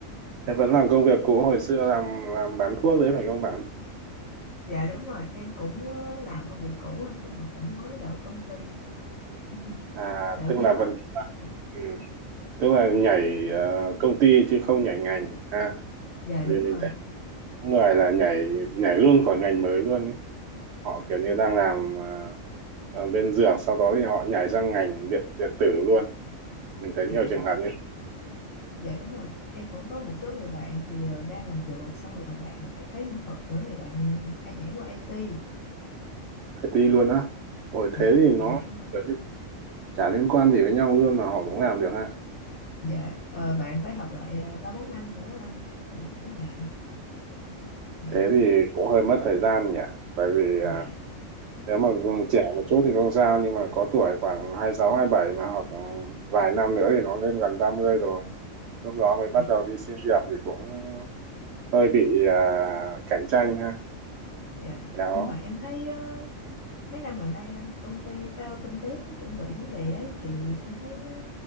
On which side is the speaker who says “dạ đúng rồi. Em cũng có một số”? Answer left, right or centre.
Left